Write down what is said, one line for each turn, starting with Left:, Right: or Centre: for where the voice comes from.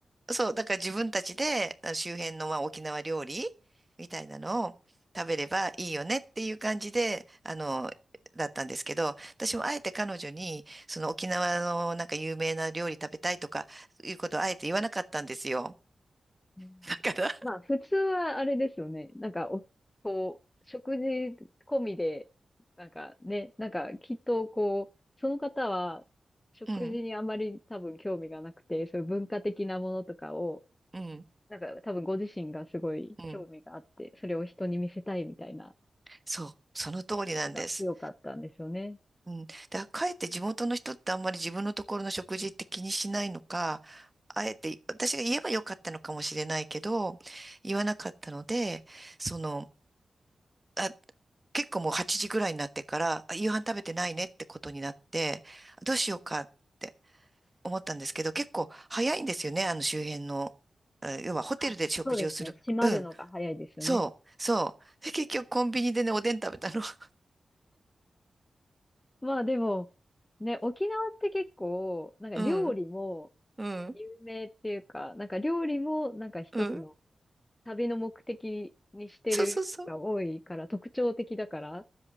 Right: う。そう、だから自分たちであの周辺のまあ沖縄料理みたいなのを食べればいいよねっていう感じで、あの、だったんですけど、私もあえて彼女に、その沖縄のなんか有名な料理食べたいとかいうことをあえて言わなかったんですよ。
Left: うん
Right: だから、
Left: まあ、普通はあれですよね。なんかお、こう、食事込みで、なんかね、なんかきっとこう、その方は食事にあまり多分興味がなくて、
Right: うん、
Left: そういう文化的なものとかを、
Right: うん、
Left: なんか多分ご自身がすごい興味があって、
Right: うん。
Left: それを人に見せたいみたいな、
Right: そう、その通りなんです。
Left: が強かったんですよね。
Right: うん。だかえって地元の人ってあんまり自分のところの食事って気にしないのか、あえて私が言えばよかったのかもしれないけど、言わなかったので、その、あ、結構もう8時ぐらいになってから、あ夕飯食べてないねってことになって、どうしようかって思ったんですけど、結構早いんですよね、あの周辺の。え要はホテルで食事をする。
Left: あ、そうですね。閉まるのが早いですよね。
Right: うん。そう、そう。で結局コンビニでね、おでん食べたの。<laughs>
Left: まあでも、ね、沖縄って結構、なんか料理も、
Right: うん、うん、
Left: 有名っていうか、なんか料理もなんか一つの
Right: うん。
Left: 旅の目的にしてる人が多いから特徴的だから、
Right: そうそうそう。